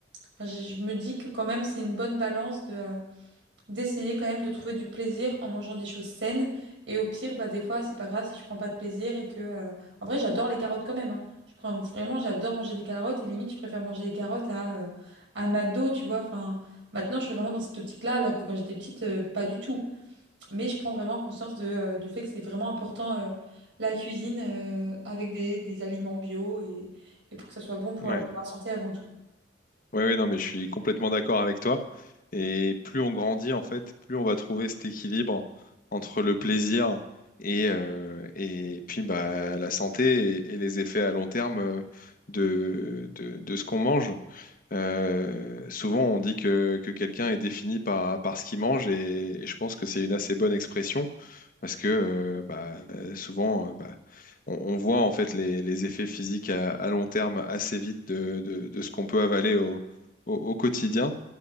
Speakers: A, on the right; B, on the left.
A: enfin, je, je me dis que quand même c'est une bonne balance de. euh, d'essayer quand même de trouver du plaisir en mangeant des choses saines. Et au pire, bah, des fois, c'est pas grave si je prends pas de plaisir et que. euh, En vrai, j'adore les carottes quand même. hein. Je prends... Vraiment, j'adore manger des carottes et limite, je préfère manger des carottes à, euh, à McDo, tu vois. Enfin, maintenant, je suis vraiment dans cette optique-là, alors que quand j'étais petite, euh, pas du tout. Mais je prends vraiment conscience de, euh, du fait que c'est vraiment important euh, la cuisine euh, avec des, des aliments bio et, et pour que ça soit bon pour
B: Ouais.
A: la- pour la santé avant tout.
B: Ouais ouais non mais je suis complètement d'accord avec toi. Et plus on grandit en fait, plus on va trouver cet équilibre entre le plaisir et, euh, et puis bah, la santé et, et les effets à long terme euh, de, de, de ce qu'on mange. Euh, souvent, on dit que, que quelqu'un est défini par, par ce qu'il mange et, et je pense que c'est une assez bonne expression parce que euh, bah, euh, souvent, euh, bah, on, on voit en fait les, les effets physiques à, à long terme assez vite de, de- de ce qu'on peut avaler au, au- au quotidien.